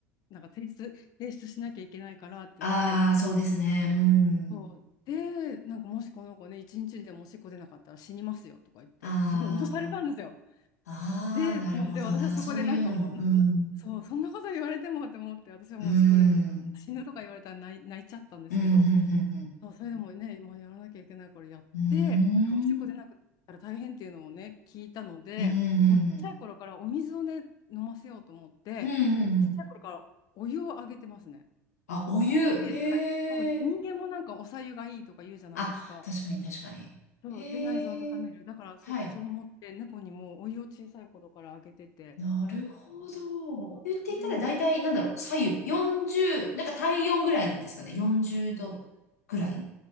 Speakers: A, on the left (about 50°); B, on the left (about 80°).
A: なんか提出、提出しなきゃいけないからって言って、
B: ああ、そうですね。うん。
A: そう。で、なんかもしこの子ね、一日でもおしっこ出なかったら死にますよとか言って、
B: あ
A: すごい脅されたんですよ。
B: あ、
A: で、
B: ああ、なるほどな。
A: もう、で、私はそこでなんかもうな、
B: そういうのも、うん。
A: なそう、そんなこと言われてもって思って、私はもうそこで死ぬとか言われたら泣い、
B: うん。
A: 泣いちゃったんですけど、
B: うん、うん、
A: そう、それでもね、もうやらなきゃいけないからやって、
B: うん、うん。
A: おしっこ出なくったら大変っていうのをね、聞いたので、
B: うーん。うん、うん、
A: もうちっちゃい頃からお水をね、
B: うん。
A: 飲ませようと思って、
B: うん、うん、うん。
A: ちっちゃい頃からお湯をあげてますね。
B: あ、お湯。
A: で、
B: へえ。
A: はいそうで、人間もなんかお白湯がいいとか言うじゃないですか。
B: あ、確かに、確かに。
A: そう、
B: へえ。
A: で、内臓を温める。だからそ、
B: はい。
A: そう思って、猫にもお湯を小さい頃からあげてて。
B: なるほど。言って言ったら大体、
A: それも、
B: なんだろう、左右、40、なんか体温ぐらいのですかね、40度ぐらい